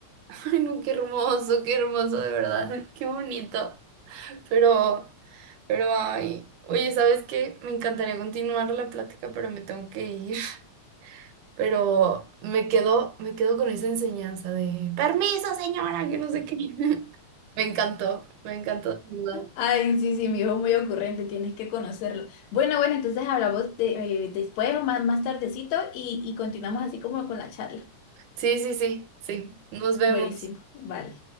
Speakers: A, on the right; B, on the left.
A: O sea, ay, no, qué hermoso, qué hermoso, de verdad. Qué bonito. Pero, pero, ay. Oye, ¿sabes qué? Me encantaría continuar la plática, pero me tengo que ir. <laughs> Pero me quedo, me quedo con esa enseñanza de permiso, señora, que no sé qué. <laughs> Me encantó, me encantó, de verdad.
B: Ay, sí, sí, mi hijo es muy ocurrente, tienes que conocerlo. Bueno, bueno, entonces hablamos de- eh, después o más, más tardecito y, y continuamos así como con la charla.
A: Sí, sí, sí, sí. Nos vemos.
B: Buenísimo, vale.